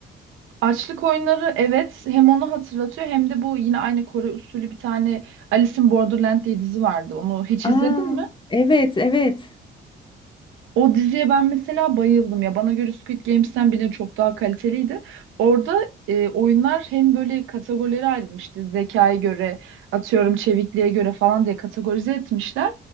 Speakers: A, on the right; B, on the left.
A: Açlık oyunları evet hem onu hatırlatıyor hem de bu yine aynı Kore usulü bir tane Alice in Borderland diye dizi vardı. Onu hiç
B: Aa,
A: izledin mi?
B: evet evet.
A: O diziye ben mesela bayıldım ya. Bana göre Squid Games'ten bile çok daha kaliteliydi. Orada e, oyunlar hem böyle kategorilere ayrılmıştı. Zekaya göre, atıyorum çevikliğe göre falan diye kategorize etmişler.